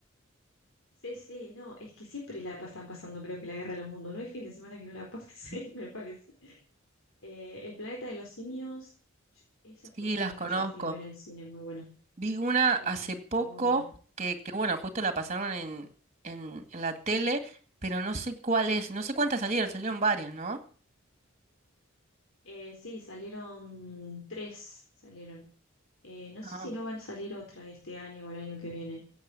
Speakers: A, on the left (about 70°); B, on the right (about 30°).
A: Sí, sí, no, es que siempre la pasan pasando, creo que la guerra de los mundos. No hay fin de semana que no la pasen,
B: Ujú.
A: <laughs> me parece. Eh, El planeta de los simios, ch- esas
B: Sí,
A: fueron
B: las
A: las
B: conozco.
A: que yo fui a ver al cine, muy buena.
B: Vi una hace
A: Mm,
B: poco
A: está muy buena.
B: que, que, bueno, justo la pasaron en, en, en la tele, pero no sé cuál es, no
A: Sí.
B: sé cuántas salieron, salieron varias, ¿no?
A: Eh, sí, salieron tres, salieron. Eh, no
B: Ah,
A: sé si no van a salir otra este año o el año que viene.